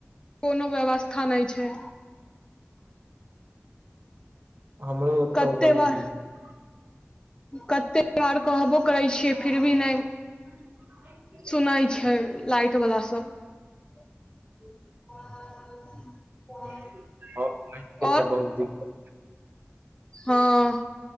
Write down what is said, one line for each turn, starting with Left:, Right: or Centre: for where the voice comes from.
Left: कोनो व्यवस्था नहि छै
Right: हमरो ओतऽ
Left: कते
Right: बनि
Left: बार
Right: गेलै
Left: कते बार कहबो करै छियै फिर भी नहि
Right: <inaudible>
Left: सुनै छै लाइट बला सब <inaudible>
Right: हँ <unintelligible> लाइट के
Left: और
Right: तऽ बहुत दिक्कत
Left: हँ